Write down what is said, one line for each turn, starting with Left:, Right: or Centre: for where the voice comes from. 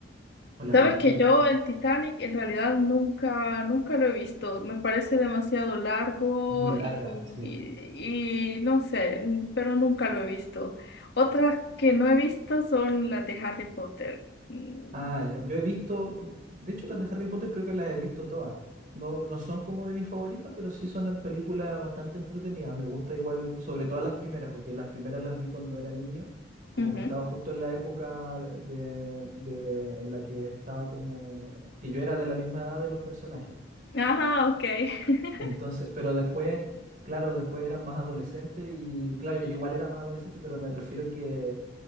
Right: o la
Left: Sabes
Right: película
Left: que yo el Titanic en realidad nunca, nunca lo he visto. Me parece demasiado largo
Right: es muy larga,
Left: y,
Right: sí.
Left: y no sé, n- pero nunca lo he visto. Otras que no he visto son las de Harry Potter. Mm,
Right: Ah, ya, yo he visto, de hecho las de Harry Potter creo que las he visto todas. No, no son como de mis favoritas, pero sí son en películas bastante entretenidas. Me gusta igual, sobre todo las primeras, porque las primeras las vi cuando era niño, como
Left: ujú.
Right: que estaba justo en la época de, de- de- en la que estaba como, que yo era de la misma edad de los personajes.
Left: Ajá, ok. <laughs>
Right: Entonces, pero después, claro, después era más adolescente y claro, yo igual era más adolescente, pero me refiero que,